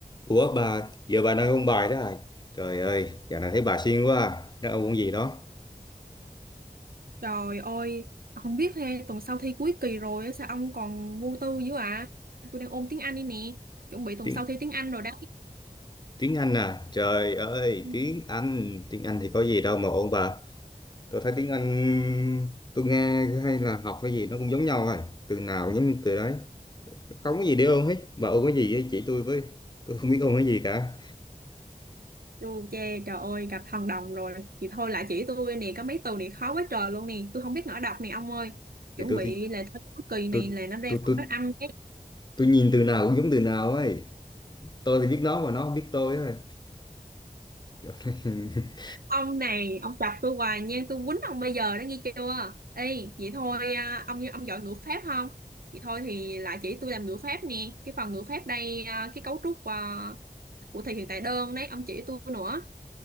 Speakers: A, on the left; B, on the right.
A: Ủa bà, giờ bà đang ôn bài đó à? Trời ơi, dạo này thấy bà siêng quá à. Đang ôn môn gì đó?
B: Trời ơi, không biết ha, tuần sau thi cuối kỳ rồi á, sao ông còn vô tư dữ ạ? À? Tôi đang ôn tiếng Anh đây nè, chuẩn bị tuần
A: Tiếng
B: sau thi tiếng Anh rồi đấy.
A: tiếng Anh à? Trời ơi,
B: Ừ.
A: tiếng Anh, tiếng Anh thì có gì đâu mà ôn bà. Tôi thấy tiếng Anh tôi nghe hay là học cái gì nó cũng giống nhau rồi. Từ nào cũng giống từ đấy. Không có gì để ôn hết. Bà ôn cái gì ấy, chỉ tôi với. Tôi không biết ôn cái gì cả.
B: Dù chê, trời ơi, gặp thần đồng rồi. Thì thôi lại chỉ tôi nè, có mấy từ này khó quá trời luôn nè, tôi không biết ngỏ đọc nè ông ơi. Chuẩn
A: Thì tôi
B: bị
A: thì
B: là thôi cuối kỳ
A: tôi
B: này là nó ra
A: tôi
B: phòng
A: tôi
B: phát âm
A: tôi nhìn từ nào cũng giống từ nào ấy. Tôi thì biết nó mà nó không biết tôi ấy. <laughs>
B: ông này ông chọc tôi hoài nha tôi quýnh ông bây giờ đó nghe chưa Ê vậy thôi à, ông ông giỏi ngữ pháp không vậy thôi thì lại chỉ tôi làm ngữ pháp nè cái phần ngữ pháp đây à, cái cấu trúc à, của thì hiện tại đơn đấy ông chỉ tôi nữa